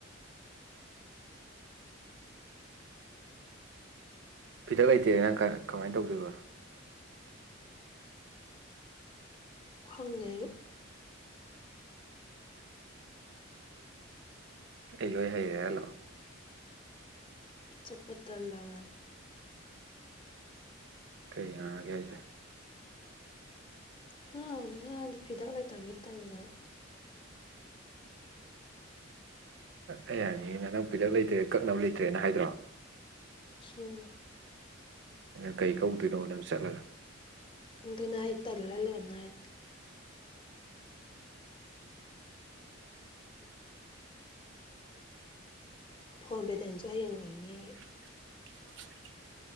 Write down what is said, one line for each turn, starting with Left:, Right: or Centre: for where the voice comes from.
Right: ꯐꯤꯗꯛ ꯂꯩꯇꯦ ꯅꯪ ꯀ ꯀꯃꯥꯏ ꯇꯧꯗꯣꯏꯕ
Left: ꯈꯪꯗꯦ ꯑꯩꯁꯨ
Right: ꯑꯩ ꯂꯣꯏ ꯍꯩꯔꯦ ꯍꯥꯏ ꯂꯛꯑꫭ
Left: ꯆꯠꯄ ꯇꯜꯂꯕꯅ
Right: ꯀꯩ ꯉꯥꯡꯉꯒꯦ ꯍꯥꯏꯁꯦ
Left: ꯉꯥꯡꯕꯨꯗꯤ ꯉꯥꯡꯗꯦ ꯐꯤꯗꯛ ꯂꯩꯇꯕꯗꯨꯗ ꯇꯜꯂꯕ
Right: ꯑꯩ ꯍꯥꯏꯅꯤꯡꯉꯤꯅ ꯅꯪ ꯐꯤꯗꯛ ꯂꯩꯇ꯭ꯔꯦ ꯀꯛꯅꯕ ꯂꯩꯇ꯭ꯔꯦꯅ ꯍꯥꯏꯗ꯭ꯔꯣ
Left: ꯎꯝ
Right: ꯅꯪ ꯀꯩ ꯀꯛꯎꯗꯨꯏꯅꯣꯕ ꯅꯪ ꯆꯠꯂꯒ
Left: ꯑꯗꯨꯅꯥꯏ ꯑꯩ ꯇꯜꯂ ꯂꯩꯔꯝꯅꯥꯏ ꯐꯣꯟ ꯄꯦꯂꯦꯟꯁꯨ ꯍꯌꯦꯡ ꯂꯣꯏꯅꯤ
Right: <inaudible>